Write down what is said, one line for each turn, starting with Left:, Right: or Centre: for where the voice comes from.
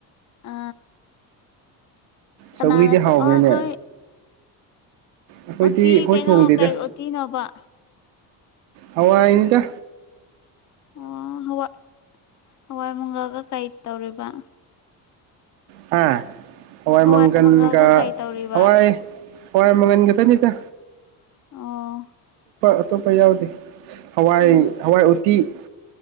Left: ꯑ ꯀꯅꯥꯅ
Right: ꯁꯧꯒꯔꯤꯗꯤ ꯍꯥꯎꯕꯅꯦ
Left: ꯑꯣ ꯅꯣꯏ
Right: ꯑꯩꯈꯣꯏꯗꯤ
Left: ꯎꯇꯤ
Right: ꯍꯣꯏ
Left: ꯀꯩꯅꯣ
Right: ꯊꯣꯡꯗꯦꯗ
Left: ꯀꯩ ꯎꯇꯤꯅꯣꯕ
Right: ꯍꯋꯥ ꯏꯟꯗ
Left: ꯑꯣ ꯍꯋꯥꯏ ꯍꯋꯥꯏ ꯃꯨꯡꯒꯒ ꯀꯩ ꯇꯧꯔꯤꯕ
Right: ꯍꯋꯥꯥꯏ
Left: ꯍꯋꯥꯏ
Right: ꯃꯪꯒꯟꯒꯥ
Left: ꯃꯪꯒꯜꯒ ꯀꯩ ꯇꯧꯔꯤꯕ
Right: ꯍꯋꯥꯏ ꯍꯣꯏ ꯃꯒꯟꯒꯇꯅꯤꯗ
Left: ꯑꯣ
Right: ꯑꯇꯣꯞꯄ ꯌꯥꯎꯗꯦ ꯍꯋꯥꯏ
Left: ꯎꯝ
Right: ꯍꯋꯥꯏ ꯎꯇꯤ